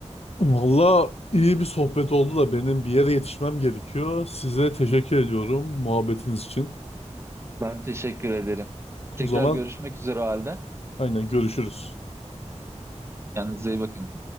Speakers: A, on the left; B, on the right.
A: Valla iyi bir sohbet oldu da benim bir yere yetişmem gerekiyor. Size teşekkür ediyorum muhabbetiniz için.
B: Ben teşekkür ederim. Tekrar
A: O zaman
B: görüşmek üzere o halde.
A: aynen görüşürüz.
B: Kendinize iyi bakın.